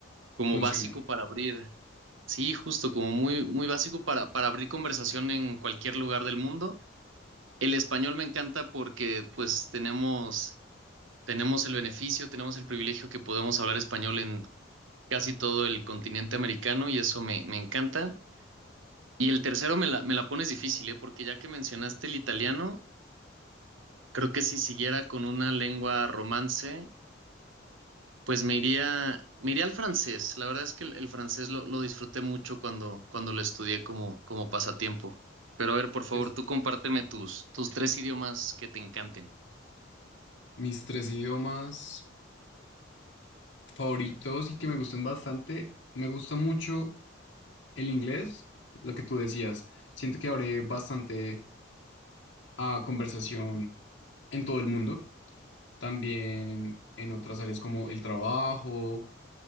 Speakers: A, on the right; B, on the left.
A: como
B: funciona.
A: básico para abrir, sí, justo como muy muy básico para para abrir conversación en cualquier lugar del mundo. El español me encanta porque pues tenemos tenemos el beneficio, tenemos el privilegio que podemos hablar español en casi todo el continente americano y eso me, me encanta. Y el tercero me la, me la pones difícil, ¿eh? Porque ya que mencionaste el italiano, creo que si siguiera con una lengua romance, pues me iría, me iría al francés. La verdad es que el, el francés lo, lo disfruté mucho cuando, cuando lo estudié como, como pasatiempo. Pero a ver, por favor,
B: Pues,
A: tú compárteme tus, tus tres idiomas que te encanten.
B: mis tres idiomas favoritos y que me gustan bastante, me gusta mucho el inglés, lo que tú decías. Siento que abre bastante a conversación en todo el mundo, también en otras áreas como el trabajo